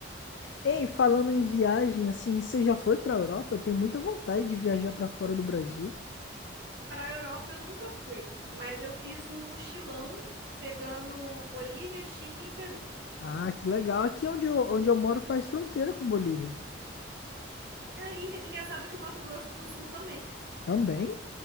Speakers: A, on the left; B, on the right.
A: Ei, falando em viagem, assim, você já foi pra Europa? Eu tenho muita vontade de viajar pra fora do Brasil.
B: Para a Europa eu nunca fui, mas eu fiz um mochilão pegando Bolívia, Chile e Peru.
A: Ah, que legal. Aqui onde eu, onde eu moro faz fronteira com Bolívia.
B: É é enga- engraçado que o Mato Grosso do Sul também.
A: Também?